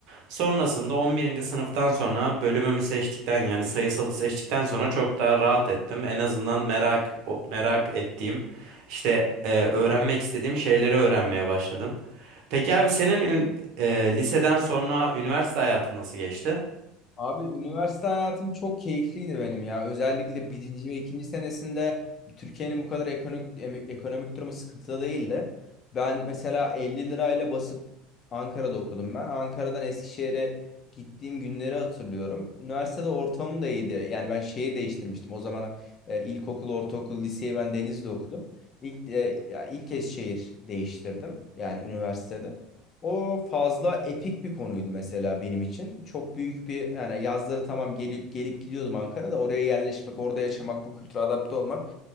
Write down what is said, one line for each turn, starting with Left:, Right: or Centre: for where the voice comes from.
Right: sonrasında on birinci sınıftan sonra bölümümü seçtikten yani sayısalı seçtikten sonra çok daha rahat ettim. En azından merak o- merak ettiğim işte e, öğrenmek istediğim şeyleri öğrenmeye başladım. Peki abi senin ee, liseden sonra üniversite hayatın nasıl geçti?
Left: Abi üniversite hayatım çok keyifliydi benim ya. Özellikle birinci ve ikinci senesinde Türkiye'nin bu kadar ekonomik, em- ekonomik durumu sıkıntıda değildi. Ben mesela 50 lirayla basıp Ankara'da okudum ben. Ankara'dan Eskişehir'e gittiğim günleri hatırlıyorum. Üniversitede ortamım da iyiydi. Yani ben şehir değiştirmiştim. O zaman e, ilkokul, ortaokul, liseyi ben Denizli'de okudum. İlk, e, ya ilk kez şehir değiştirdim. Yani üniversitede. O fazla epik bir konuydu mesela benim için. Çok büyük bir yani yazları tamam gelip gelip gidiyordum Ankara'da. Oraya yerleşmek, orada yaşamak, bu kültüre adapte olmak